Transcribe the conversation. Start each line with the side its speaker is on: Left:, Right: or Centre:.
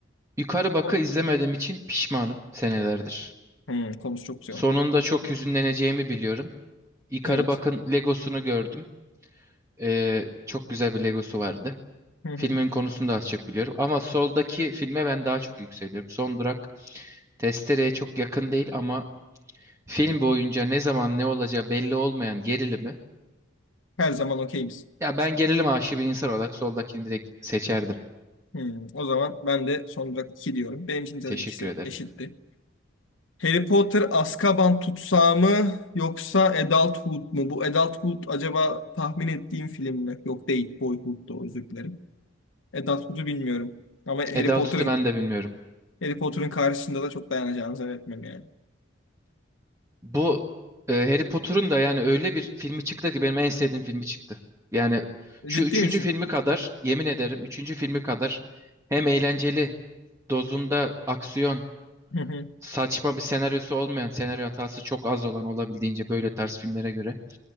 Right: Yukarı Bak'ı
Left: O-
Right: izlemediğim için pişmanım senelerdir.
Left: Hmm, konusu çok güzel.
Right: Sonunda çok hüzünleneceğimi biliyorum. Yukarı
Left: Evet.
Right: Bak'ın Legosunu gördüm. Ee, çok güzel bir Legosu vardı.
Left: Hı
Right: Filmin
Left: hı.
Right: konusunu da az çok biliyorum. Ama soldaki filme ben daha çok yükseliyorum. Son Durak Testere'ye çok yakın değil ama Film boyunca ne zaman ne olacağı belli olmayan gerilimi.
Left: Her zaman okeyiz.
Right: Ya ben gerilim aşığı bir insan olarak soldakini direkt seçerdim.
Left: Hmm, o zaman ben de son olarak iki diyorum. Benim için de
Right: Teşekkür
Left: ikisi
Right: ederim.
Left: eşitti. Harry Potter Azkaban tutsağı mı yoksa Adulthood mu? Bu Adulthood acaba tahmin ettiğim film mi? Yok değil. Boyhood'du özür dilerim. Adulthood'u bilmiyorum. Ama Harry
Right: Edal
Left: Potter'ın
Right: tutu ben de bilmiyorum.
Left: Harry Potter'ın karşısında da çok dayanacağını zannetmiyorum yani.
Right: Bu e, Harry Potter'ın da yani öyle bir filmi çıktı ki benim en sevdiğim filmi çıktı. Yani şu
Left: Ciddi
Right: üçüncü
Left: misin?
Right: filmi kadar yemin ederim üçüncü filmi kadar hem eğlenceli dozunda aksiyon
Left: Hı hı.
Right: saçma bir senaryosu olmayan senaryo hatası çok az olan olabildiğince böyle tarz filmlere göre.